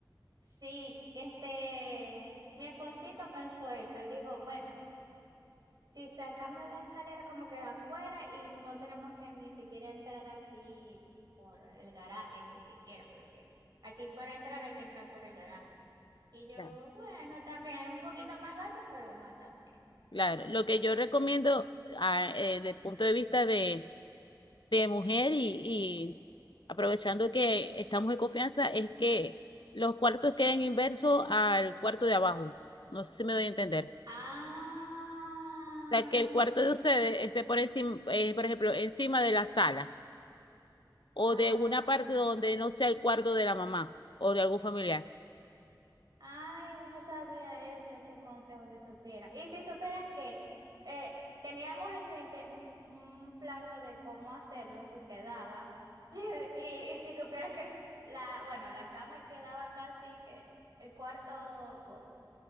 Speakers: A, on the right; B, on the left.
A: Sí, este, mi esposito pensó eso, él dijo, bueno. Si sacamos la escalera como que afuera y no tenemos que ni siquiera entrar así por el garaje, ni siquiera, porque aquí para entrar hay que entrar por el garaje. Y yo,
B: Ya.
A: bueno, también un poquito más gato, pero ajá, también.
B: Claro, lo que yo recomiendo desde el punto de vista de de mujer y, y aprovechando que estamos en confianza, es que los cuartos queden inversos al cuarto de abajo. No sé si me doy a entender.
A: Ah,
B: O sea, que el cuarto de ustedes esté por encima, eh, por ejemplo, encima de la sala o
A: ah.
B: de una parte donde no sea el cuarto de la mamá o de algún familiar.
A: Ay, no sabía eso, ese consejo que supiera. Y si supieras que eh, teníamos en mente un, un plano de cómo hacerlo, si se daba. <laughs> Y, el- y, y si supieras que el- la, bueno, la cama quedaba casi que el cuarto